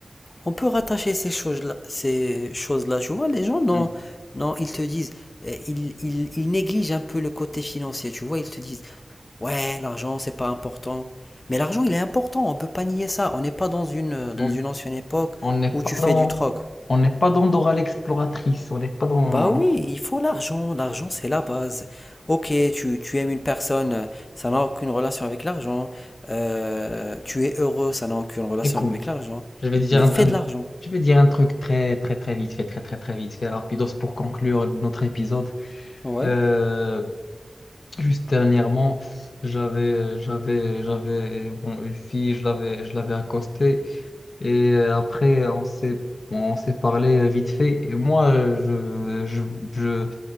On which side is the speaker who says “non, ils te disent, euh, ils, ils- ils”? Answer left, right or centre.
Left